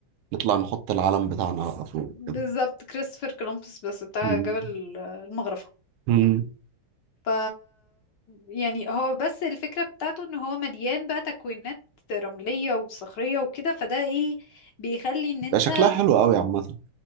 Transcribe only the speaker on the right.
نطلع نحط العلم بتاعنا بقى فوق
كده
مم.
مم.
ده شكلها حلو قوي عامة